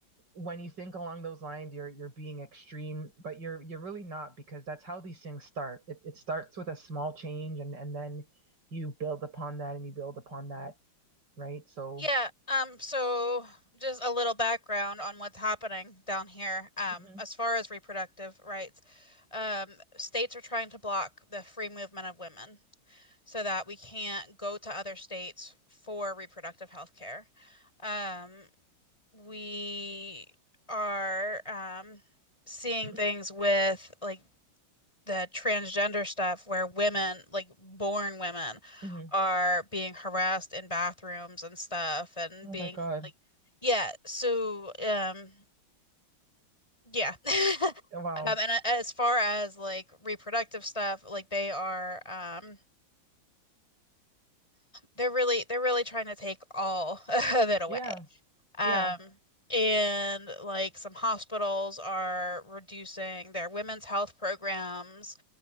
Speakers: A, on the right; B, on the left.
A: when you think along those lines you're you're being extreme but you're you're really not because that's how these things start it, it starts with
B: hmm
A: a small change and and then you build upon that and you build upon that right so
B: Yeah, um, so just a little background on what's happening down here, um,
A: mm-hmm.
B: as far as reproductive rights. Um, states are trying to block the free movement of women. so that we can't go to other states for reproductive health care. Um, we are um, seeing
A: <clears throat>
B: things with like the transgender stuff where women, like born women,
A: Mm-hmm.
B: are being harassed in bathrooms and stuff and
A: oh
B: being
A: my god
B: like, yeah, so um, yeah. <laughs>
A: wow
B: Um, and uh, as far as like reproductive stuff, like they are um, They're really they're really trying to take all <laughs> of it away.
A: yeah
B: Um,
A: yeah
B: and like some hospitals are reducing their women's health programs,